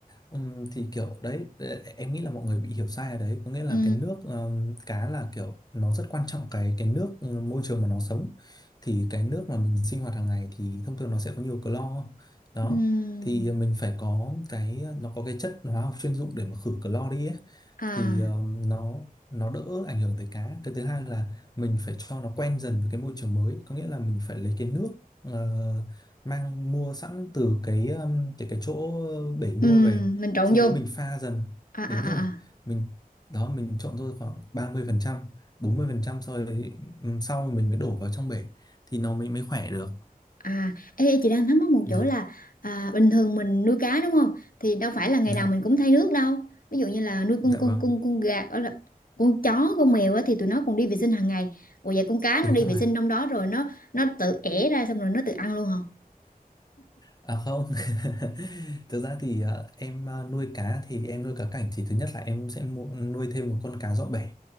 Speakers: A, on the left (about 25°); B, on the left (about 65°).
A: Ừm, thì kiểu đấy e- em nghĩ là mọi người bị hiểu sai ở đấy có nghĩa là
B: Ừ,
A: cái nước ờm, cá là kiểu nó rất quan trọng cái cái nước ừ, môi trường mà nó sống thì cái nước mà mình sinh hoạt hàng ngày thì thông thường nó sẽ có nhiều clo đó
B: ừ.
A: thì mình phải có cái nó có cái chất hóa học chuyên dụng để mà khử clo đi ấy.
B: À,
A: thì ờm, nó nó đỡ ảnh hưởng tới cá cái thứ hai là mình phải cho nó quen dần với cái môi trường mới có nghĩa là mình phải lấy cái nước ờ, mang mua sẵn từ cái um, cái cái chỗ bể mua
B: ừ,
A: về
B: mình trộn
A: sau
B: vô.
A: đấy mình pha dần
B: À à
A: đúng
B: à.
A: rồi
B: à.
A: mình đó mình trộn thôi khoảng 30 phần trăm 40 phần trăm sau đấy ừ, sau mình mới đổ vào trong bể thì nó mới mới khỏe được
B: À, ê, ê, chị đang thắc mắc một
A: dạ
B: chỗ là à, bình thường mình nuôi cá đúng không? Thì đâu phải là ngày
A: dạ
B: nào mình cũng thay nước đâu. Ví dụ như là nuôi
A: dạ
B: con con
A: vâng
B: con con gà, ở là con chó, con mèo á, thì tụi nó còn đi vệ sinh hàng ngày. Ủa vậy con cá
A: đúng
B: nó đi
A: rồi
B: vệ sinh trong đó rồi nó nó tự ẻ ra xong rồi nó tự ăn luôn hả?
A: à không <laughs> thực ra thì ờ, em ờ, nuôi cá thì em nuôi cá cảnh thì thứ nhất là em sẽ mua, nuôi thêm một con cá dọn bể